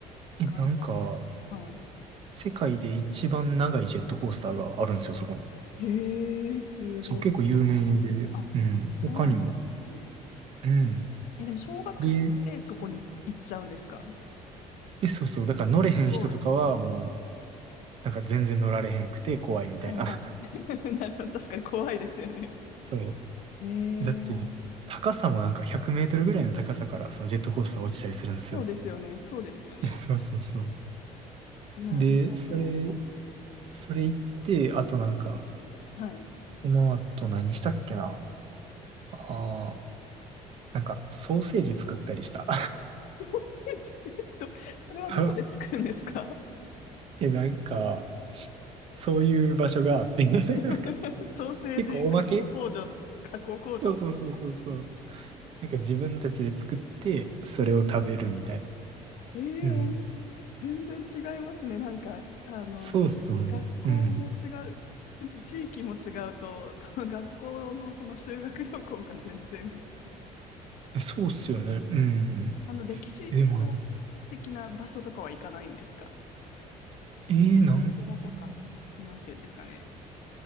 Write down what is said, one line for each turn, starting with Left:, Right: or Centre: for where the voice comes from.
Right: え、
Left: 関東圏。
Right: なんか、
Left: はい。
Right: 世界で一番長いジェットコースターがあるんですよ、そこに。
Left: へえ、すごい。
Right: そう、結構有名で、
Left: あ、
Right: うん、
Left: そうなんですね。
Right: 他にも。うん。
Left: え、でも小学生でそこに行っちゃうんですか
Right: で、え、そうそう、だから乗れへん人とかはもう、
Left: え、すごい。
Right: なんか全然乗られへんくて怖いみたいな。
Left: はいはい。
Right: <laughs>
Left: <laughs> なるほど。確かに怖いですよね。
Right: そう。
Left: <laughs> えー、
Right: だって、高さもなんか100メートルぐらいの高さから、そのジェットコースター落ちたりするんですよ。
Left: そうですよね。そうですよね。
Right: <laughs> そうそうそう。
Left: なるほど。
Right: で、それ、それ行って、あとなんか、
Left: はい。
Right: その後何したっけなああー、なんか、ソーセージ作ったりした。
Left: はい。<laughs> ソーセージ、えっと、それはどこで作るんですか
Right: <laughs> え、なんか、そういう場所があって、<laughs> なんか、
Left: <laughs> ソーセージ加工工場、
Right: 結構おまけ
Left: 加工工場。
Right: そうそうそうそうそう。なんか自分たちで作って、それを食べるみたい
Left: ええ面白い。
Right: な。うん。
Left: 全然違いますね。なんか、あの、
Right: そうっすね。
Left: 学校も違
Right: うん。
Left: うし、地域も違うと、<laughs> 学校のその修学旅行が全然、
Right: そうっすよね。うん。
Left: あの、歴史の
Right: でも、
Left: 的な場所とかは行かないんですか
Right: えー、なん、
Left: 寺とか、なんていうんですかね。